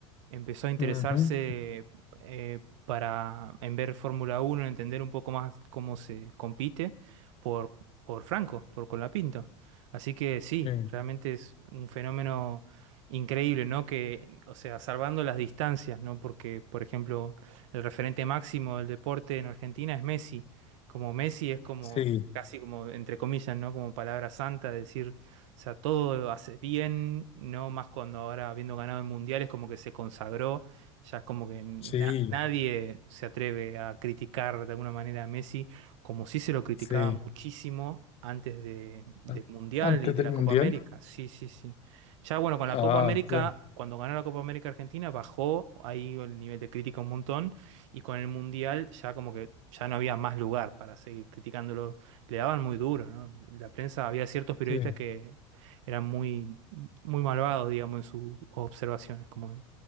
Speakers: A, on the right; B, on the left.
A: empezó a interesarse
B: ujú,
A: eh, para, en ver Fórmula Uno en entender un poco más cómo se compite por, por Franco, por Colapinto. Así que sí,
B: eh,
A: realmente es un fenómeno increíble, ¿no? Que, o sea, salvando las distancias, ¿no? Porque, por ejemplo, el referente máximo del deporte en Argentina es Messi. Como Messi es como,
B: sí,
A: casi como, entre comillas, ¿no? Como palabra santa, decir o sea, todo hace bien, no más cuando ahora habiendo ganado el mundial es como que se consagró, ya es como que na-
B: sí,
A: nadie se atreve a criticar de alguna manera a Messi, como sí se lo criticaba
B: sí.
A: muchísimo antes de, del
B: Ah,
A: mundial
B: Antes
A: y de
B: del
A: la
B: Mundial.
A: Copa América. Sí, sí, sí. Ya bueno, con
B: Ah,
A: la Copa América,
B: claro,
A: cuando ganó la Copa América Argentina, bajó ahí el nivel de crítica un montón y con el mundial ya como que ya no había más lugar para seguir criticándolo le daban muy duro, ¿no? La prensa, había ciertos periodistas
B: sí,
A: que eran muy, muy malvados, digamos, en sus observaciones. Como...